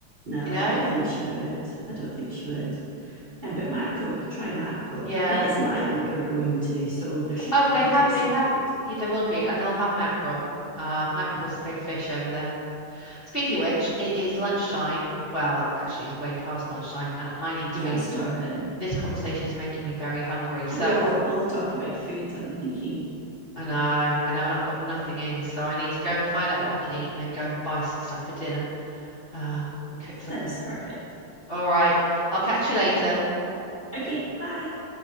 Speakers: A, on the right (about 30°); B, on the left (about 35°).
A: No,
B: you know.
A: I don't think she would. I don't think she would. Um, but mackerel, we could try mackerel,
B: Yeah.
A: and it is an island we're going to, so there should
B: Oh,
A: be plenty
B: they have.
A: of
B: They
A: seafood.
B: have. Yeah, there will be, and they'll have mackerel. Um, mackerel's
A: Yeah,
B: a big fish over there. Speaking of which, it is lunchtime. Well, actually, it's way past lunchtime, and I need
A: yeah,
B: to eat.
A: I'm starving.
B: this conversation is making me very hungry. So
A: I know all, all the talk about food. I'm thinking,
B: I know, I know, and I've got nothing in, so I need to go and find out what I can eat and then go and buy some stuff for dinner, um, and cook something.
A: sounds perfect.
B: All right, I'll catch you later.
A: Okay, bye.